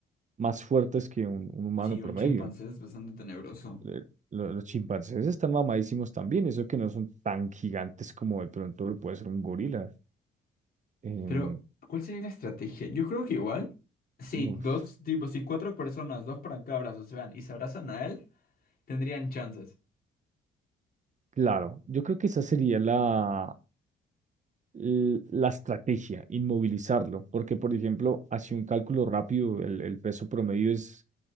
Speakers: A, on the right; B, on the left.
A: más fuertes que un, un humano
B: Sí,
A: promedio.
B: un chimpancé es bastante tenebroso.
A: Eh, lo- los chimpancés están mamadísimos también, eso que no son tan gigantes como de pronto lo puede ser un gorila. Em,
B: Pero, ¿cuál sería la estrategia? Yo creo que igual, si
A: uf,
B: dos tipos, si cuatro personas, dos para cada brazo se van y se abrazan a él, tendrían chances.
A: claro, yo creo que esa sería la, l- la estrategia, inmovilizarlo, porque por ejemplo, así un cálculo rápido, el, el peso promedio es,